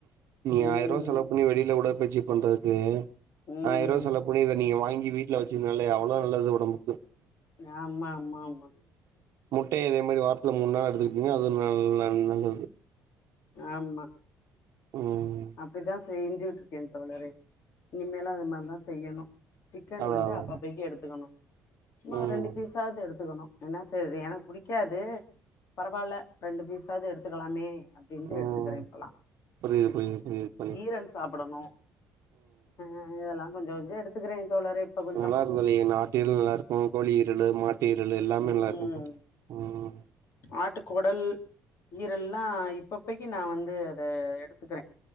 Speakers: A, on the right (about 60°); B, on the left (about 45°).
A: நீ
B: ம்
A: ஆயிர ரூவா செலவு பன்னி வெளில உடற்பயிற்சி பண்றதுக்கு
B: ம்
A: ஆயிர ரூவா செலவு பண்ணி இத நீங்க வாங்கி வீட் ல வச்சிரு நாலே அவ்ளோ நல்லது உடம்புக்கு
B: ஆமா ஆமா ஆமா
A: முட்டைய இதே மாதிரி வாரத்துல மூணு நாள் எடுத்துக்கிட்டீங்கனா அதுவும் ந நல்லது
B: ஆமா
A: உம்
B: அப்டித்தான் செஞ்சுக்கிட்டு இருக்கேன் தோழரே இனிமேலும் அது மாதிரிதான் செய்யணும் சிக்கன்
A: அதா
B: வந்து
A: அதா
B: அப்பப்பைக்கு எடுத்துக்கணும் சும்மா ஒரு
A: ம்
B: ரெண்டு பீஸாவது எடுத்துக்கணும் என்ன செய்றது எனக்கு பிடிக்காது பரவாயில்ல ரெண்டு பீஸாவது எடுத்துக்கலாமே அப்படின்ட்டு
A: ம்
B: எடுத்துக்கிறேன் இப்பல்லாம்
A: புரியுது புரியுது புரியுது தோழி
B: ஈரல் சாப்புடணும் ம் இதெல்லாம் கொஞ்ச கொஞ்சம் எடுத்துக்கிறேன் தோழரே இப்ப கொஞ்சம்
A: நல்லா தோழி இந்த ஆட்டுஈரல் நல்லா இருக்கும் கோழி ஈரலு மாட்டு ஈரலு எல்லாமே
B: ம்
A: நல்லா இருக்கும் ம்
B: ஆட்டுக்குடல் ஈரல்லாம் இப்பப்பைக்கி நான் வந்து அத எடுத்துக்கிறேன்